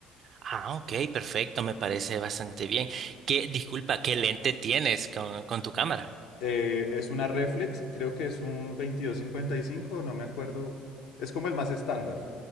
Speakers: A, on the right; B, on the left.
A: Ah, ok, perfecto, me parece bastante bien. ¿Qué, disculpa, qué lente tienes con, con tu cámara?
B: Eh, es una reflex, creo que es un veintidós cincuenta y cinco, no me acuerdo. Es como el más estándar.